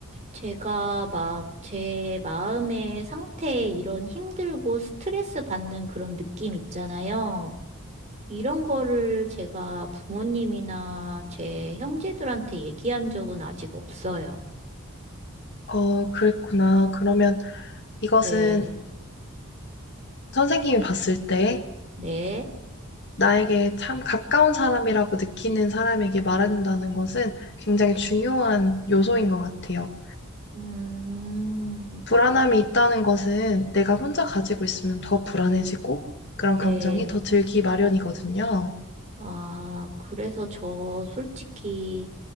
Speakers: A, on the right (about 30°); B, on the left (about 50°).
A: 제가 막 제 마음의 상태에 이런 힘들고 스트레스 받는 그런 느낌 있잖아요. 이런 거를 제가 부모님이나 제 형제들한테 얘기한 적은 아직 없어요.
B: 어, 그랬구나. 그러면 이것은
A: 네,
B: 선생님이 봤을 때
A: 네,
B: 나에게 참 가까운 사람이라고 느끼는 사람에게 말한다는 것은 굉장히 중요한 요소인 것 같아요.
A: 음,
B: 불안함이 있다는 것은 내가 혼자 가지고 있으면 더 불안해지고 그런 감정이
A: 네.
B: 더 들기 마련이거든요.
A: 아, 그래서 저 솔직히